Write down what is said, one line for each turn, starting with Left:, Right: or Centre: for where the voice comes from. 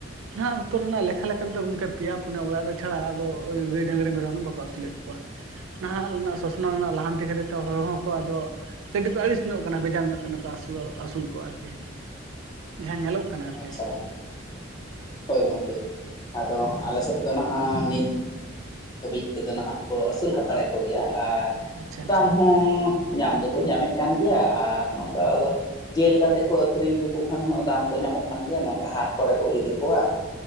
Right: ᱱᱚᱣᱟ ᱚᱠᱛᱚ ᱨᱮᱱᱟᱜ ᱞᱮᱠᱷᱟ ᱞᱮᱠᱟ ᱛᱮᱫᱚ ᱜᱚᱢᱠᱮ ᱯᱮᱭᱟ ᱯᱩᱱᱭᱭᱟ ᱚᱲᱟᱜ ᱨᱮ ᱪᱷᱟᱲᱟ ᱟ ᱜᱟᱹᱭ ᱰᱟᱝᱨᱤ ᱢᱮᱨᱚᱢ ᱦᱚᱸ ᱵᱟᱠᱚ ᱟᱹᱥᱩᱞᱮᱫ ᱠᱚᱣᱟ᱾ ᱱᱟᱦᱟᱜ ᱨᱮᱱᱟᱜ ᱥᱚᱥᱱᱚᱜ ᱨᱮᱱᱟᱜ ᱞᱟᱦᱟᱱᱛᱤ ᱠᱷᱟᱹᱛᱤᱨ ᱛᱮ ᱦᱚᱲ ᱦᱚᱸᱚᱠᱚ ᱟᱫᱚ ᱠᱟᱹᱴᱤᱡ ᱠᱚ ᱟᱹᱲᱤᱥ ᱧᱚᱜ ᱠᱟᱱᱟ ᱵᱷᱮᱡᱟᱨ ᱧᱚᱜ ᱠᱟᱱᱟ ᱠᱚᱩᱞ ᱟᱹᱥᱩᱞ ᱠᱚᱣᱟ ᱟᱨᱠᱤ ᱡᱟᱦᱟᱸ ᱧᱮᱞᱚᱜ ᱠᱟᱱᱟ ᱟᱨᱠᱤ
Left: ᱟᱪᱪᱷᱟ ᱜᱚᱢᱠᱮ᱾ ᱦᱳᱭ ᱜᱚᱢᱠᱮ ᱟᱫᱚ ᱟᱞᱮ ᱥᱮᱫ ᱫᱚ ᱱᱟᱦᱟᱜ ᱱᱤᱛ ᱫᱷᱟᱹᱵᱤᱡ ᱛᱮᱫᱚ ᱱᱟᱦᱟᱜ ᱠᱚ ᱟᱹᱥᱩᱞ ᱦᱟᱛᱟᱲᱮᱫ ᱠᱚᱜᱮᱭᱟ, ᱟᱨ
Right: ᱟᱪᱪᱷᱟ
Left: ᱫᱟᱢ
Right: ᱟᱪᱪᱷᱟ
Left: ᱦᱚᱸ ᱧᱟᱢ ᱫᱚᱠᱚ ᱧᱟᱢᱮᱫ ᱠᱟᱱ ᱜᱮᱭᱟ ᱟᱨ ᱱᱚᱝᱠᱟ ᱡᱮᱞ ᱠᱟᱛᱮᱜ ᱠᱚ ᱟᱹᱷᱨᱤᱧ ᱞᱮᱠᱚ ᱠᱷᱟᱱ ᱦᱚᱸ ᱫᱟᱢ ᱫᱚ ᱧᱟᱢᱚᱜ ᱠᱟᱱ ᱜᱮᱭᱟ ᱱᱚᱝᱠᱟ ᱦᱟᱴ ᱠᱚᱨᱮ ᱠᱚ ᱤᱫᱤ ᱠᱚᱣᱟ᱾